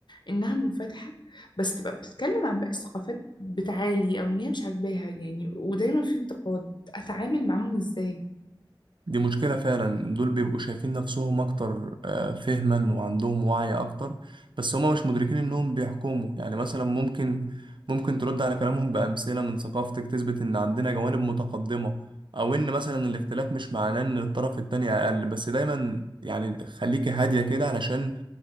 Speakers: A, on the left; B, on the right.
A: انها منفتحه بس تبقى بتتكلم عن باقي الثقافات بتعالي او ان هي مش عاجباها يعني ودايما في انتقاد اتعامل معاهم ازاي
B: دي مشكلة فعلا دول بيبقوا شايفين نفسهم أكتر آه، فهما وعندهم وعي أكتر بس هما مش مدركين إنهم بيحكموا يعني مثلا ممكن ممكن ترد على كلامهم بأمثلة من ثقافتك تثبت إن عندنا جوانب متقدمة أو إن مثلا الاختلاف مش معناه إن الطرف التاني أقل بس دايما يعني خليكي هادية كده علشان